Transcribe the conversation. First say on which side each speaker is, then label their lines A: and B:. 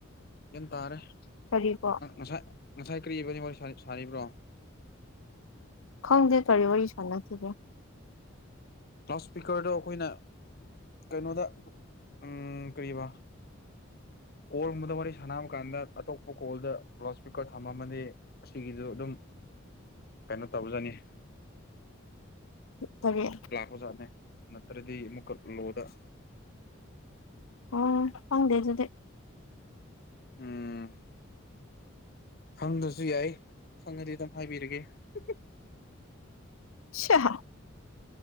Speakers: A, on the left (about 45°); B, on the left (about 80°).
A: ꯒ꯭ꯌꯥꯟ ꯇꯥꯔꯦ
B: ꯀꯔꯤꯀꯣ
A: ꯉ ꯉꯁꯥꯏ ꯉꯁꯥꯏ ꯀ꯭ꯔꯤ ꯌꯦꯕ ꯢꯕꯥꯟꯅꯤ ꯋꯥꯔꯤ ꯁꯥꯢ ꯁꯥꯔꯤꯕ꯭ꯔꯣ
B: ꯈꯪꯗꯦ ꯀꯔꯤ ꯋꯥꯔꯤ ꯁꯥꯟꯅꯈꯤꯕ꯭ꯔꯥ
A: ꯂꯥꯎꯠ ꯁ꯭ꯄꯤꯀꯔꯗꯣ ꯑꯩꯈꯣꯏꯅ ꯀꯩꯅꯣꯗ ꯎꯝ ꯀꯔꯤꯕꯥ ꯀꯣꯜꯒꯨꯝꯕꯗ ꯋꯥꯔꯤ ꯁꯥꯟꯅꯕ ꯀꯥꯟꯗ ꯑꯇꯣꯞꯄ ꯀꯣꯜꯗ ꯂꯥꯎꯠ ꯁ꯭ꯄꯤꯀꯔ ꯊꯝꯃꯝꯃꯗꯤ ꯑꯁꯤꯒꯤꯁꯨ ꯑꯗꯨꯝ ꯀꯩꯅꯣ ꯇꯧꯖꯅꯤ
B: ꯐꯔꯦ
A: ꯖꯥꯠꯅꯦ ꯅꯠꯇ꯭ꯔꯗꯤ ꯑꯃꯨꯛꯀ ꯂꯣꯗ
B: ꯑꯣ ꯈꯪꯗꯦ ꯑꯗꯨꯗꯤ
A: ꯎꯝ ꯈꯪꯗꯁꯨ ꯌꯥꯏ ꯈꯪꯉꯗꯤ ꯑꯗꯨꯝ ꯍꯥꯏꯕꯤꯔꯒꯦ ꯍꯝ ꯍꯝ
B: ꯁꯤꯌꯥ